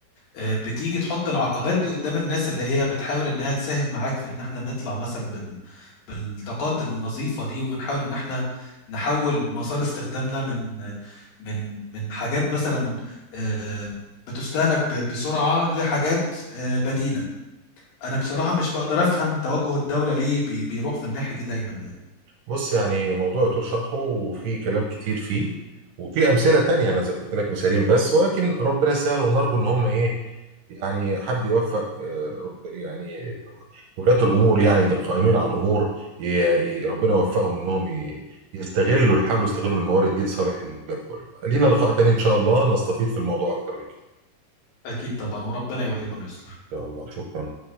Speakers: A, on the left; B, on the right.
A: آه، بتيجي تحط العقبات دي قدام الناس اللي هي بتحاول انها تساهم معاك في ان احنا نطلع مثلا بال... بالطاقات النظيفة دي ونحاول ان احنا نحول مسار استخدامنا من من من حاجات مثلا آه، بتستهلك ب- بسرعة لحاجات آه، بديلة انا بصراحة مش بقدر افهم توجه الدولة ليه بي- بيروح في الناحية دي دايما يعني
B: بص يعني موضوع يطول شرحه وفي كلام كتير فيه وفي امثله تانية انا ذكرت لك مثالين بس ولكن ربنا يسهل ونرجو ان هم ايه يعني حد يوفق آه، رب يعني ولاة الامور يعني اللي قائمين على الامور ي- ي- ربنا يوفقهم انهم ي- يستغلوا الحال ويستغلوا الموارد دي لصالح البلد كله لينا لقاء تاني ان شاء الله نستفيد في الموضوع اكتر من كده
A: اكيد طبعا وربنا يولي من يصلح
B: ان شاء الله شكرا